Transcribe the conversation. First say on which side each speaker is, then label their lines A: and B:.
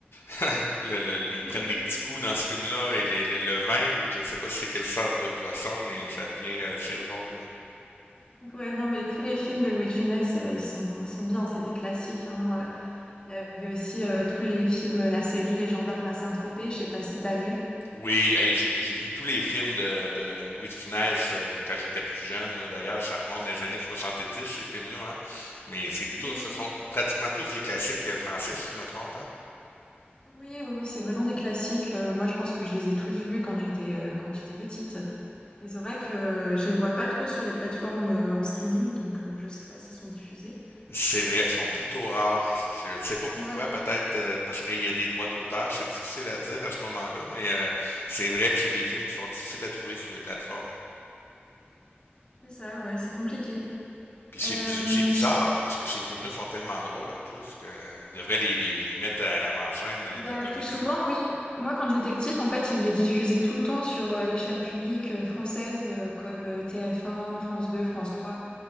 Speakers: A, on the left; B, on the left.
A: <laughs> le, le- ils prennent
B: Oui. <laughs>
A: des petits coups dans ce film-là et les- le, le vin ou je ne sais pas si c'est quelle sorte de boisson, mais ça devient assez drôle,
B: Ouais, non, mais tous les films de Louis de Funès, euh, ils sont, ils sont bien, c'est des classiques, hein. Euh, Il y avait aussi euh, tous les films, la série Les Gendarmes à Saint-Tropez, je sais pas si t'as vu.
A: Oui, hey, j'ai j'ai vu tous les films de, de Louis de Funès euh, quand j'étais plus jeune. là. D'ailleurs, ça remonte dans les années 70, ces films-là. Hein. Mais c'est
B: Oui.
A: tous, ce sont pratiquement tous des classiques euh, français, si je me trompe. Hein.
B: Oui, oui, oui, c'est vraiment des classiques. Euh, moi, je pense que je les ai tous vus quand j'étais euh, quand j'étais petite. Mais c'est vrai que je les vois pas trop sur les plateformes euh, en streaming, donc euh, je sais pas s'ils sont diffusés.
A: C'est vrai, ils sont
B: Euh,
A: plutôt rares. Je ne sais pas pourquoi,
B: ouais,
A: peut-être euh, parce qu'il y a des droits d'auteur, c'est difficile à dire à ce moment-là, mais euh, c'est vrai que c'est des films qui sont difficiles à trouver sur les plateformes.
B: c'est ça, ouais, c'est compliqué.
A: Puis c'est
B: Euh,
A: bu- c'est bizarre,
B: si-
A: parce que ces films-là sont tellement drôles en plus qu'ils devraient les, les, les mettre à l'avant-scène euh,
B: bah,
A: de la comédie.
B: plus souvent, oui. Moi, quand j'étais petite, en fait, ils les diffusaient tout le temps sur euh, les chaînes publiques euh, françaises euh, comme euh, TF1, France 2, France 3.